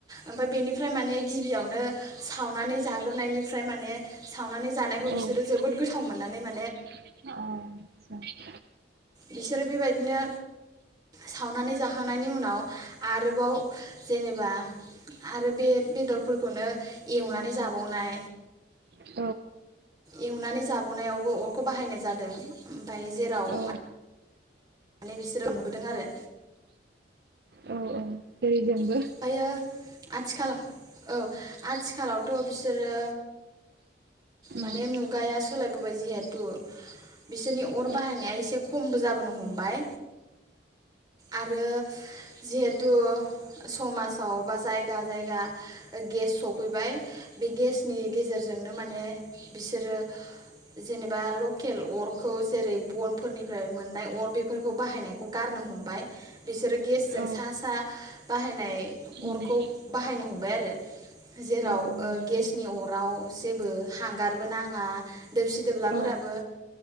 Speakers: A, on the right; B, on the right.
A: ओमफाय बेनिफ्राय माने गिबियावनो सावनानै जाग्रोनायनिफ्राय माने सावनानै जानायखौ
B: सावनानै
A: बिसोर जोबोद गोथाव गोथाव मोननानै माने
B: अ औ आतसा
A: बिसोरो बेबायदिनो सावनानै जाखांनायनि उनाव आरोबाव जेनेबा आरो बे बेदरफोरखौनो एवनानै जाबावनाय
B: उम
A: एवनानै जाबावनायावबो अरखौ बाहायनाय जादों ओमफ्राय जेराव
B: औ
A: माने बिसोरो मोनबोदों आरो
B: औ - औ जेरै जोंबो
A: ओमफ्रायो आथिलाव औ आथिखालावथ बिसोरो माने
B: उम
A: मुगाया सो सोलायबोबाय जिहेतु बिसोरनि अर
B: औ उम औ
A: बाहायनाया एसे खमबो जाबोनो हमबाय आरो जिहेतु समाजाव बा जायगा जायगा गेस सफैबाय बे गेसनि गेजेरजोंनो माने बिसोरो जेनेबा लकेल अर खौ जेरै बनफोरनिफ्राय मोननाय अर बेफोरखौ बाहायनायखौ गारनो हमबाय बिसोरो गेसजों
B: औ उम
A: सा सा बाहायनाय
B: औ
A: अरखौ बाहायनो हमबाय आरो जेराव
B: औ
A: ओ
B: नंगौ
A: गेसनि अराव जेबो हांगारबो नाङा दोबसि दोबलाफोराबो
B: औ